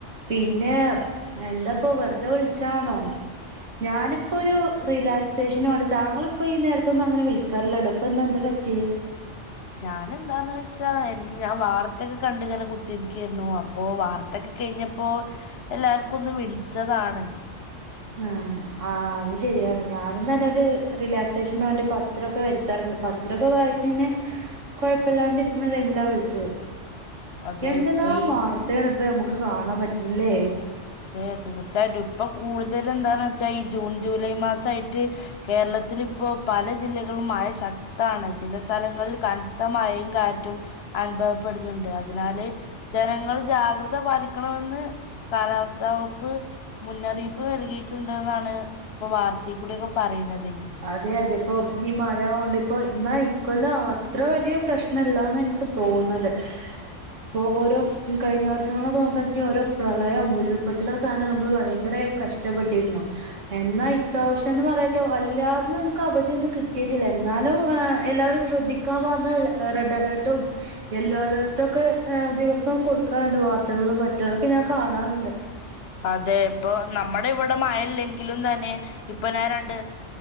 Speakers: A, on the right; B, on the left.
A: പിന്നെ എന്താപ്പൊ വെറുതെ വിളിച്ചാണോ? ഞാനിപ്പോ ഒരു റിലാക്സേഷന് വേണ്ടി താങ്കളിപ്പോ ഈ നേരത്തൊന്നും അങ്ങനെ വിളിക്കാറില്ലല്ലോ ഇപ്പൊ ന്ന് എന്താ പറ്റിയേ?
B: ഞാന് എന്താന്ന് വച്ചാ എനിക്ക് ഞാ വാർത്തക്കെ കണ്ടിങ്ങനെ കുത്തിരിക്കരുന്നു അപ്പൊ വാർത്തെക്കെ കഴിഞ്ഞപ്പോ എല്ലാർക്കും ഒന്ന് വിളിച്ചതാണ്.
A: ആ ആഹ് അത് ശരിയാണ് ഞാനും തന്നെ ഒരു റിലാക്സേഷൻ വേണ്ടി പത്രൊക്കെ വരുത്താറുണ്ട്. പത്രൊക്കെ വായിച്ചിങ്ങനെ കൊഴപ്പില്ലാണ്ട് ഇരിക്കണ ടൈമിലാ വിളിച്ചത്.
B: അതെ
A: എന്തെല്ലാം
B: ഇപ്പൊ ഈ
A: വാർത്തെ ഇപ്പ അമുക്ക് കാണാൻ പറ്റില ല്ലേ?
B: അതെ തീർച്ചായിട്ടും ഇപ്പ കൂടുതല് എന്താന്ന് വെച്ചാ ഈ ജൂൺ ജൂലൈ മാസയിട്ട് കേരളത്തിലിപ്പോ പല ജില്ലകളും മഴ ശക്താണ്. ചില സ്ഥലങ്ങളിൽ കനത്ത മഴയും കാറ്റും അനുഭവപ്പെടുന്നുണ്ട്. അതിനാല് ജനങ്ങൾ ജാഗ്രത പാലിക്കണമെന്ന് കാലാവസ്ഥ വകുപ്പ് മുന്നറിയിപ്പ് നൽകിയിട്ടുണ്ട എന്നാണ് പ്പൊ വാർത്തെക്കൂടൊക്കെ പറയണത്.
A: അതെ അതെ ഇപ്പൊ ഈ മഴആ ഇപ്പൊ എന്നാ ഇക്കൊല്ലം അത്ര വലിയ പ്രശ്നല്ലാന്ന എനിക്ക് തോന്ന്ണത്. ഇപ്പൊ ഓരോ കഴിഞ്ഞ വർഷങ്ങളൊക്കെ നോക്ക വെച്ച ഓരോ പ്രളയം ഉരുൾപൊട്ടലൊക്ക കാർണം നമ്മൾ ഭയങ്കരായി കഷ്ടപ്പെട്ടിരുന്നു. എന്നാ ഇപ്രാവശ്യം എന്ന് പറയട്ടെ വ എല്ലാത്തിനും നമുക്ക് അവധിയൊന്നും കിട്ടിയിട്ടില്ല എന്നാലും എല്ലാവരും ശ്രദ്ധിക്കാൻ പറഞ്ഞ റെഡ് അലർട്ടും യെല്ലോ അലേർട്ടും ഒക്കെ ദിവസം കൊടുക്കാറുണ്ട് വാർത്തകളും മറ്റതൊക്കെ ഞാൻ കാണാറുണ്ട്
B: അതെ ഇപ്പൊ നമ്മുടെ ഇവിടെ മഴ ല്ലങ്കിലും തന്നെ ഇപ്പൊ ഞാൻ രണ്ട്